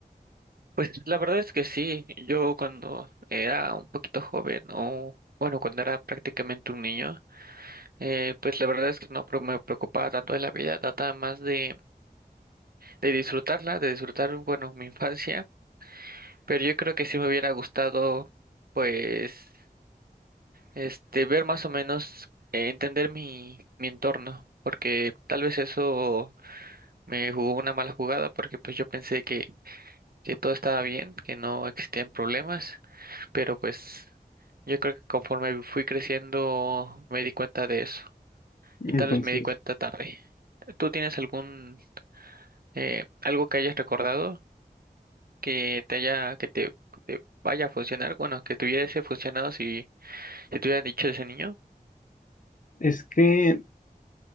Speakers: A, on the right (about 70°); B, on the left (about 55°).
A: Pues la verdad es que sí, yo cuando era un poquito joven o bueno, cuando era prácticamente un niño, eh, pues la verdad es que no pre- me preocupaba tanto de la vida, trataba más de, de disfrutarla, de disfrutar, bueno, mi infancia, pero yo creo que sí me hubiera gustado, pues, este, ver más o menos, eh, entender mi, mi entorno, porque tal vez eso me jugó una mala jugada, porque pues yo pensé que que todo estaba bien, que no existían problemas, pero pues yo creo que conforme fui creciendo me di cuenta de eso
B: Entonces,
A: y tal vez me di cuenta tarde. ¿Tú tienes algún eh, algo que hayas recordado que te haya que te, que te vaya a funcionar? Bueno, que te hubiese funcionado si, si te hubieran dicho ese niño.
B: es que